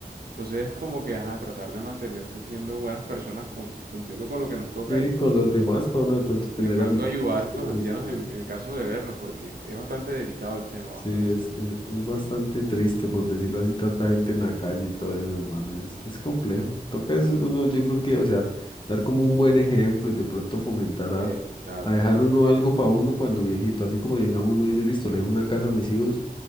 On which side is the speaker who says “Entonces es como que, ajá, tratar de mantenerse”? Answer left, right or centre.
Right